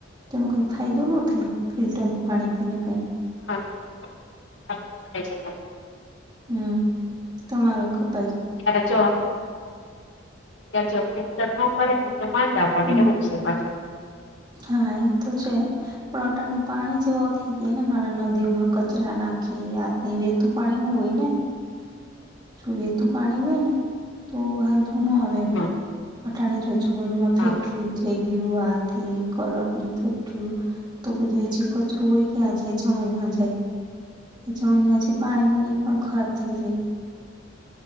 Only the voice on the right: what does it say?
તેનો કાઈ ફાયદો ન થાય ફિલ્ટર નું પાણી પીને કાઈ.
હમ્મ તમારો ખૂબ
હમ
હા એ તો છે પોટાનું પાણી જેવા થઈ ગયા ને મારા નદીઓમાં કચરા નાખે. કે આ તે વેતું પાણી નું હોય ને. જો વેતું પાણી હોય ને તો વાંધોનો આવે.
<unintelligible>
થઈ ગયું આ તે કલર ની ફેક્ટરીયુ તો બધું એજી કચરું હોય ક્યાં જાય જમીનમાં જાય. જમીન માં જે પાણી હોય ઈ પણ ખરાબ થઈ જાય.